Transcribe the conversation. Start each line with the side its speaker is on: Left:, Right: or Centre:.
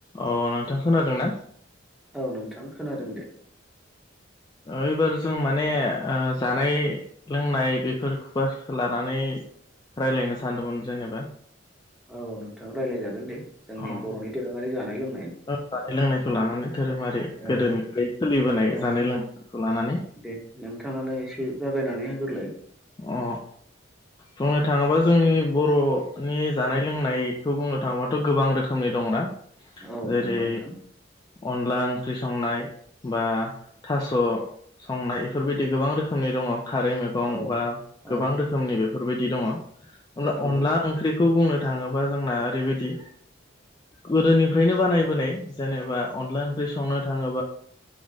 Left: ओ नोंथां खोनादों ना?
Centre: औ नोंथां खोनादों दे।
Left: ओइबार जों माने ओ जानाय लोंनाय बेफोर फोरखो लानानै रायज्लायनो सानदोंमोन जेनेबा।
Centre: औ नोंथां रायज्लायजागोन दे
Left: अ
Centre: जोंनि
Left: ओ
Centre: बर'नि दोरोङारि जानाय लों
Left: जानाय लोंनायखौ लानानै धोरोमारि
Centre: औ
Left: गोदोनिफ्राय सोलिबोनाय
Centre: औ
Left: जानाय लोंनायखौ लानानै।
Centre: दे नोंथाङानो एसे जागायनानै होग्रोलाय
Left: अ बुंनो थाङोबा जोंनि बर'नि जानाय लोंनायखौ बुंनो थाङोबाथ' गोबां रोखोमनि दंना?
Centre: औ
Left: जेरै
Centre: नंगौ नोंथां
Left: अनला ओंख्रि संनाय बा थास' संनाय बेफोरबायदि गोबां रोखोमनि दङ खारै मगं
Centre: औ
Left: बा गोबां
Centre: औ
Left: रोखोमनि बेफोरबायदि दङ होमब्ला
Centre: नंगौ
Left: अनला ओंख्रिखौ बुंनो थाङोबा जोंना ओरैबायदि गोदोनिफ्रायनो बानायबोनाय जेनेबा अनला ओं ख्रि संनो थाङोबा